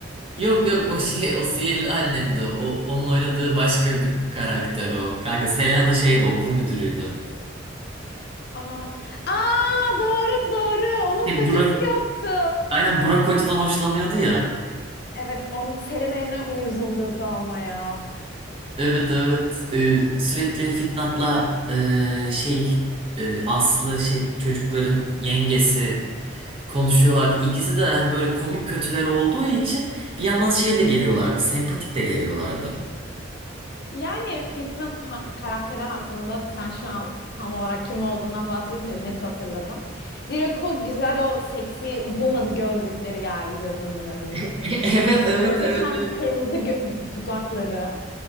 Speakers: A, on the right; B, on the left.
A: Yok yok o şey o sihirli annemdi. O, onun oynadığı başka bir karakter o. Kanka Selena da şeydi okul müdürüydü.
B: Aa, aa doğru doğru onun
A: E,
B: kocası
A: Burak,
B: yoktu.
A: aynen Burak Hoca'dan hoşlanıyordu ya.
B: Evet on Selena'ya uyuz oluyordu ama ya.
A: Evet evet Ee, sürekli Fitnat'la e, şey e, Aslı şey çocukların yengesi konuşuyorlardı. İkisi de hani böyle komik kötüler olduğu için bir yandan şey de geliyorlardı. Sempatik de geliyorlardı.
B: Yani Fitnat ta- karakteri hakkında sen şu an tam olarak kim olduğundan bahsedince net hatırladım. Direkt o güzel o seksi woman gözlükleri geldi gözümün önüne.
A: <laughs> Evet evet
B: Muhteşem
A: evet evet.
B: kırmızı gö- dudakları.